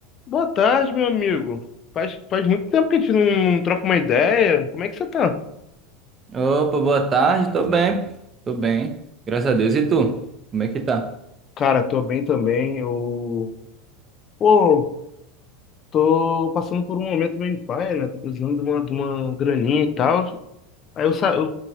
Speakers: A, on the left; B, on the right.
A: Boa tarde, meu amigo. Faz, faz muito tempo que a gente não troca uma ideia. Como é que você tá?
B: Opa, boa tarde, tô bem, tô bem, graças a Deus. E tu? Como é que tá?
A: Cara, tô bem também. Eu, pô, tô passando por um momento meio paia, né? Tô precisando de uma, de uma graninha e tal. Aí eu, sa- eu